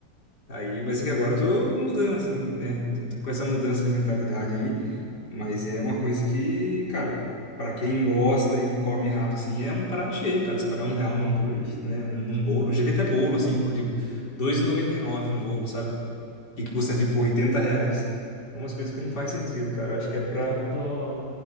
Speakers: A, on the left; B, on the right.
A: Aí, mas é que agora eu tô mudando, assim, né? De- tô com essa mudança de mentalidade aí. Mas é uma coisa que, cara, pra quem gosta e come errado, assim, é um prato cheio, cara. Se pagar um real num hambúrguer, né? Num, num bolo. Eu já vi até bolo, assim, por tipo, dois e noventa e nove um bolo, sabe? E que
B: Aham.
A: custa tipo 80 reais. É umas coisas que não faz
B: É,
A: sentido, cara.
B: Ainda
A: Acho que
B: bem
A: é pra.
B: que eu tô